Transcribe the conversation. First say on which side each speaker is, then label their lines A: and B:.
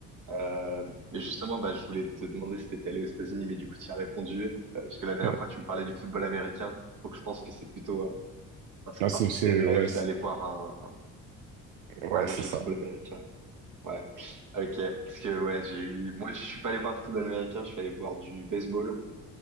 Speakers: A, on the right (about 50°); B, on the right (about 80°).
A: Euh, et justement, bah, je voulais te demander si tu étais allé aux États-Unis, mais du coup, tu y as répondu, euh, parce que la dernière
B: ouais.
A: fois, tu me parlais du football américain. Donc, je pense que c'est plutôt euh, ça fait
B: Ah, c'est,
A: partie
B: c'est-
A: de tes rêves
B: ouais, c'est,
A: d'aller voir un,
B: ouais,
A: un match
B: c'est ça.
A: de football américain. Ouais, ok. Parce que, ouais, j'ai eu. Moi, je suis pas allé voir du football américain, je suis allé voir du baseball.